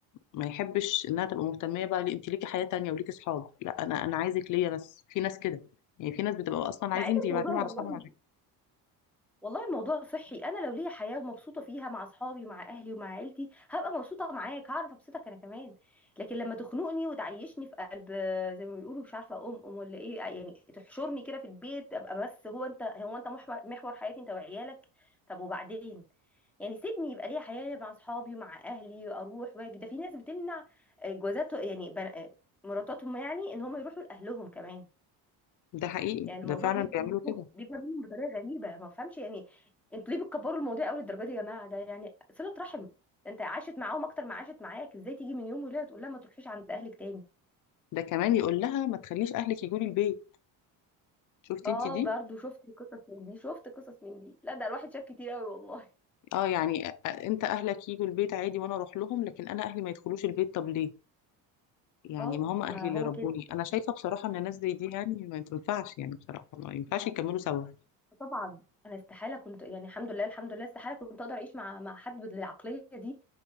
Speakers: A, on the left (about 55°); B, in the centre.
A: ما يحبش انها تبقى مهتميه بقى ليه انت ليكي حياه تانية وليكي صحاب لا انا انا عايزك ليا بس في ناس كده يعني في ناس بتبقى اصلا عايزين
B: مع ان
A: يبعدوهم
B: الموضوع والله
A: على اصحابهم
B: والله الموضوع صحي انا لو ليا حياه ومبسوطه فيها مع اصحابي ومع اهلي ومع عيلتي هبقى مبسوطه معاك هعرف ابسطك انا كمان لكن لما تخنقني وتعيشني في قلب زي ما بيقولوا مش عارفه ام ام ولا ايه يعني تحشرني كده في البيت ابقى بس هو انت هو انت محور محور حياتي انت وعيالك طب وبعدين يعني سيبني يبقى ليا حياه مع اصحابي ومع اهلي اروح واجي ده في ناس بتمنع جوازات يعني بن- مراتاتهم يعني ان هم يروحوا لاهلهم كمان
A: ده حقيقي
B: يعني
A: ده
B: الموضوع
A: فعلا
B: بيكبر
A: بيعملوا
B: منهم
A: كده
B: بيكبر منهم بطريقه غريبه ما بفهمش يعني انتوا ليه بتكبروا الموضوع قوي للدرجه دي يا جماعه ده يعني صله رحم انت عاشت معاهم اكتر ما عاشت معاك ازاي تيجي من يوم وليله تقول لها ما تروحيش عند اهلك تاني
A: ده كمان يقول لها ما تخليش اهلك يجوا لي البيت شفتي
B: اه
A: انت دي
B: برضو شفت قصص من دي شفت قصص من دي لا ده الواحد شاف كتير قوي والله
A: اه يعني أ- انت اهلك يجوا البيت عادي وانا اروح لهم لكن انا اهلي ما يدخلوش البيت طب ليه يعني
B: اه
A: ما هم اهلي
B: ما
A: اللي
B: هو
A: ربوني
B: كده
A: انا شايفه بصراحه ان ناس زي دي يعني ما تنفعش يعني بصراحه ما ينفعش يكملوا سوا
B: وطبعا انا استحاله كنت يعني الحمد لله الحمد لله استحاله كنت اقدر اعيش مع مع حد بالعقليه دي